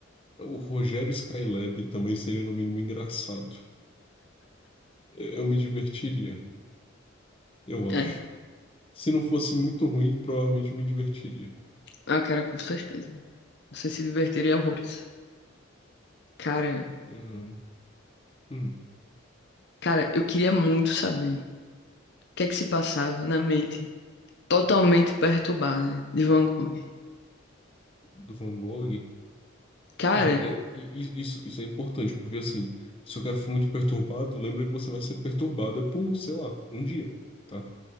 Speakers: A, on the left; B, on the left.
A: o Rogério Skylab também seria, no mínimo, engraçado. Eu, eu me divertiria, eu
B: É.
A: acho. Se não fosse muito ruim, provavelmente me divertiria.
B: Ah, cara, com certeza. Você se divertiria horrores. Cara,
A: Hum. hum.
B: cara, eu queria muito saber o que é que se passava na mente totalmente perturbada de Van Gogh.
A: do Van Gogh.
B: Cara,
A: Tá, é, e- e- isso, isso é importante, porque assim, se o cara for muito perturbado, lembra que você vai ser perturbada por, sei lá, um dia, tá?